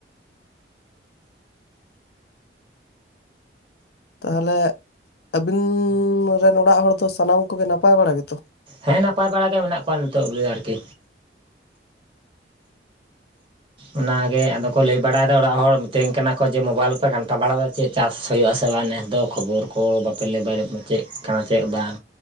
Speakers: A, on the left (about 60°); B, on the right (about 30°).
A: ᱛᱟᱦᱚᱞᱮ ᱟᱹᱵᱤᱱ ᱨᱮᱱ ᱚᱲᱟᱜ ᱦᱚᱲ ᱠᱚ ᱫᱚ ᱥᱟᱱᱟᱢ ᱠᱚᱜᱮ ᱱᱟᱯᱟᱭ ᱵᱟᱲᱟ ᱜᱮᱛᱚ ᱾
B: ᱦᱮᱸ ᱱᱟᱯᱟᱭ ᱵᱟᱲᱟ ᱜᱮ ᱢᱮᱱᱟᱜ ᱠᱚᱣᱟ ᱱᱤᱛᱚᱜ ᱫᱚ ᱟᱨᱠᱤ᱾ ᱚᱱᱟᱜᱮ ᱟᱫᱚ ᱠᱚ ᱞᱟᱹᱭ ᱵᱟᱲᱟᱭᱮᱫᱟ ᱚᱲᱟᱜ ᱦᱚᱲ᱾ ᱢᱤᱛᱟᱹᱧ ᱠᱟᱱᱟ ᱠᱚ ᱡᱮ ᱢᱳᱵᱟᱭᱤᱞ ᱠᱚᱯᱮ ᱜᱷᱟᱱᱴᱟ ᱵᱟᱲᱟᱮᱫᱟ ᱪᱮᱫ ᱪᱟᱥ ᱦᱩᱭᱩᱜᱼᱟ ᱥᱮ ᱵᱟᱝ ᱱᱮᱥ ᱫᱚ ᱠᱷᱚᱵᱚᱨ ᱠᱚ ᱵᱟᱯᱮ ᱞᱟᱹᱭ ᱵᱟᱲᱟ ᱾ ᱪᱮᱫ ᱠᱟᱱᱟ ᱪᱮᱫ ᱵᱟᱝ